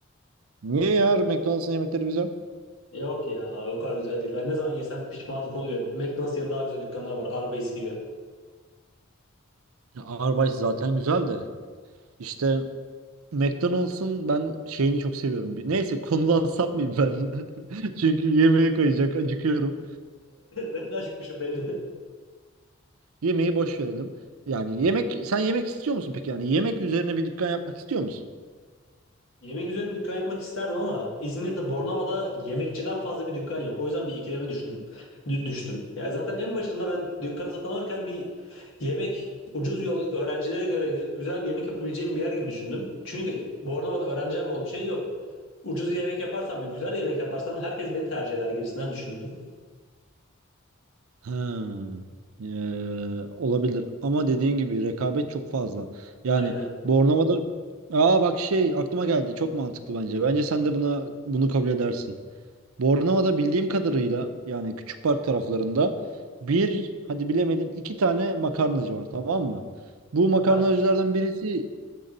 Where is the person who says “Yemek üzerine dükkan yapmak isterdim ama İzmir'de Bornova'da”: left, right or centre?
Left